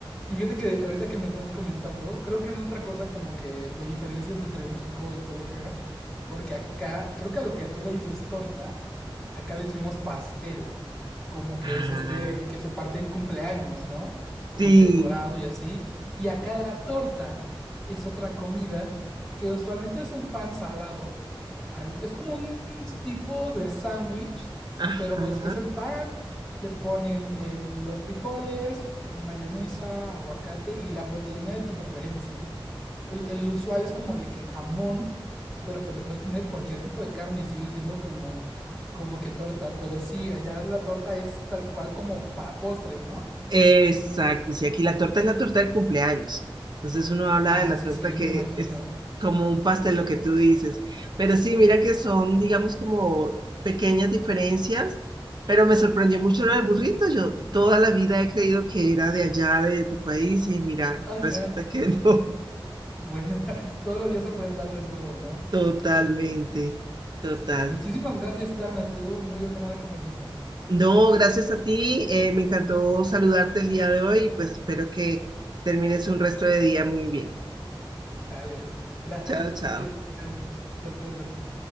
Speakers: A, in the centre; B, on the right.
A: Y fíjate que ahorita que me estás comentando, creo que es otra cosa como que de diferencias entre México y Colombia, porque acá, creo que a lo que tú le dices torta, acá le decimos pastel. como que
B: Ah,
A: es este el que se parte en cumpleaños, ¿no? Como
B: sí.
A: que decorado y así. Y acá la torta es otra comida que usualmente es un pan salado. al- es como un tipo de sándwich,
B: Ajá.
A: pero pues es el pan, le ponen el- los frijoles, mayonesa, aguacate y la proteína de tu preferencia el, el usual es como de que jamón, pero pues le puedes poner cualquier tipo de carne y sigue siendo como, como que torta. Pero sí, allá la torta es tal cual como para postres, ¿no?
B: Exacto. Sí, aquí la torta es la torta del cumpleaños. Entonces uno habla
A: Ah,
B: de la
A: sí,
B: torta
A: sí,
B: que
A: me imagino.
B: es como un pastel, lo que tú dices. Pero sí, mira que son, digamos, como pequeñas diferencias. Pero me sorprendió mucho lo del burrito. Yo toda la vida he creído que era de allá, de tu país, y mira,
A: Ajá.
B: resulta que <laughs> no.
A: Bueno, <laughs> todos los días aprende algo nuevo, ¿no?
B: Totalmente, total.
A: Sí, muchísimas gracias, Tana. Estuvo muy amena la conversación.
B: No, gracias a ti. eh, me encantó saludarte el día de hoy y pues espero que termines un resto de día muy bien.
A: Dale, gracias.
B: Chao, chao.
A: Hasta luego, Tana.